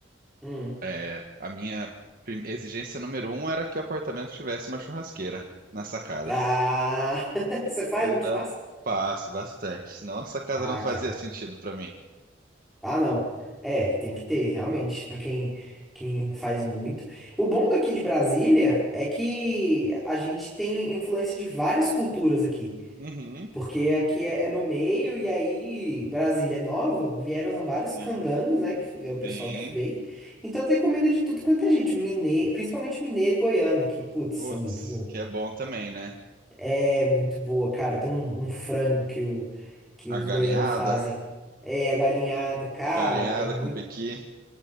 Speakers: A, in the centre; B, on the right.
A: Hum.
B: é, a minha prim- exigência número um era que o apartamento tivesse uma churrasqueira na sacada.
A: Ah! <laughs> Você faz
B: Se
A: um
B: não,
A: churrasco?
B: faço bastante. Senão essa casa
A: Ah,
B: não fazia
A: cara.
B: sentido pra mim.
A: Ah, não. É, tem que ter, realmente, pra quem quem faz muito. O bom daqui de Brasília é que a gente tem influência de várias culturas aqui,
B: Uhum.
A: porque aqui é, é no meio e aí Brasília é nova, vieram vários candangos,
B: Sim,
A: né, que foi- é o pessoal
B: sim.
A: que veio. Então tem comida de tudo quanto é gente, mineiro, principalmente mineiro e goiana, que putz,
B: Putz,
A: são muito bom.
B: que é bom também, né?
A: É muito boa, cara. Tem um, um frango que o que
B: A
A: os
B: galinhada,
A: goianos fazem. É, a galinhada, cara,
B: galinhada
A: é muito
B: com pequi.